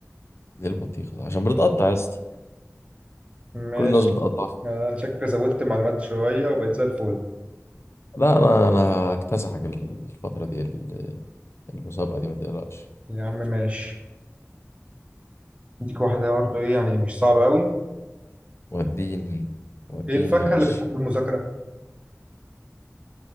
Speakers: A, on the left (about 55°); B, on the right (about 25°).
A: ليه البطيخة عشان بتقطع يا اسطى
B: ماشي
A: كل الناس بتقطع فيها
B: يعني انا شكلي زودت معلومات شويه وبقيت زي الفل
A: لا انا انا هكتسحك الفترة دي ال- المسابقة دي ما تقلقش
B: يا عم ماشي اديك واحده برضه ايه يعني مش صعبه قوي
A: وديني وديني
B: ايه الفاكهه
A: يا باشا
B: اللي بتحب المذاكره